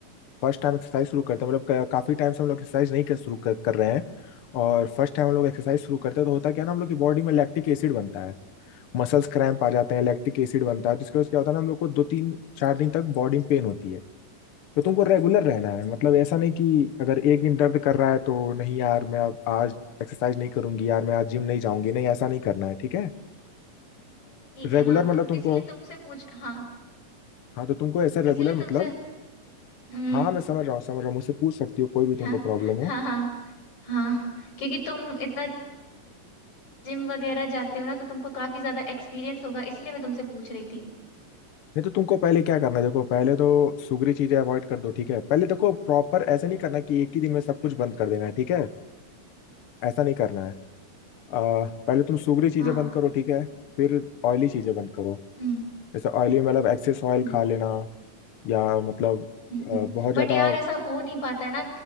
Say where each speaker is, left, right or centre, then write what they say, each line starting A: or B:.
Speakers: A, on the left; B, on the left.
A: फर्स्ट टाइम एक्सरसाइज शुरू करते हैं मतलब का- काफी टाइम से हम लोग एक्सरसाइज नहीं कर शुरू कर, कर रहे हैं और फर्स्ट टाइम हम लोग एक्सरसाइज शुरू करते हैं तो होता क्या है ना हम लोग की बॉडी में लैक्टिक एसिड बनता है मसल्स क्रैम्प आ जाते हैं लैक्टिक एसिड बनता है तो इसके वजह से क्या होता है ना हम लोग को दो तीन चार दिन तक बॉडी में पेन होती है तो तुमको रेगुलर रहना है मतलब ऐसा नहीं कि अगर एक दिन दर्द कर रहा है तो नहीं यार मैं अब आज एक्सरसाइज नहीं करूंगी यार मैं आज जिम नहीं जाऊंगी नहीं ऐसा नहीं करना है ठीक है
B: ठीक
A: रेगुलर
B: है हाँ
A: मतलब
B: तुम
A: तुमको
B: इसीलिए तुमसे पूछ हाँ
A: हाँ तो तुमको ऐसा
B: इसीलिए
A: रेगुलर मतलब
B: तुमसे हम्म
A: हाँ मैं समझ रहा हूँ समझ रहा हूँ मुझसे पूछ सकती हो कोई भी तुमको
B: हाँ
A: प्रॉब्लम हो
B: हाँ हाँ हाँ क्योंकि तुम इतना जिम वगैरह जाते हो ना तो तुमको काफी ज्यादा एक्सपीरियंस होगा इसलिए मैं तुमसे पूछ रही थी
A: नहीं तो तुमको पहले क्या करना है देखो पहले तो सुगरी चीजें अवॉइड कर दो ठीक है पहले देखो प्रॉपर ऐसा नहीं करना कि एक ही दिन में सब कुछ बंद कर देना है ठीक है ऐसा नहीं करना है आ, पहले तुम सूगरी चीजें
B: हाँ
A: बंद करो ठीक है फिर ऑयली चीजें बंद करो
B: हम्म
A: जैसे ऑयली मतलब एक्सेस ऑयल
B: हम्म
A: खा लेना या मतलब
B: हम्म, हम्म।
A: आ, बहुत ज्यादा
B: बट यार ऐसा हो नहीं पाता है ना